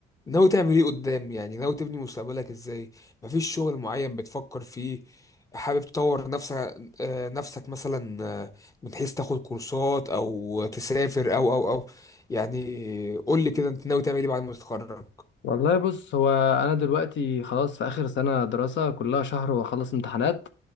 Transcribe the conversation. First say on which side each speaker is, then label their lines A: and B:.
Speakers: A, on the left; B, on the left.
A: ناوي تعمل ايه قدام يعني ناوي تبني مستقبلك ازاي مفيش شغل معين بتفكر فيه حابب تطور نفسك آه، نفسك مثلا آه، من حيث تاخد كورسات او تسافر او او او يعني قول لي كده انت ناوي تعمل ايه بعد ما تتخرج
B: والله بص هو انا دلوقتي خلاص في اخر سنه دراسه كلها شهر واخلص امتحانات